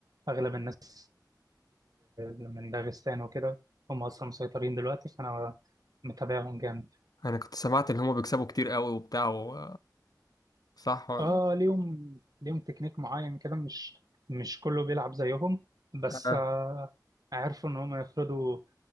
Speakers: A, on the right; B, on the left.
A: أغلب الناس من داغستان وكده هم أصلا مسيطرين دلوقتي فأنا متابعهم جامد
B: انا كنت سمعت ان هما بيكسبوا كتير قوي وبتاع و... صح ولا
A: اه ليهم ليهم تكنيك معين كده مش مش كله بيلعب زيهم بس
B: اها
A: آه عرفوا ان هم يفرضوا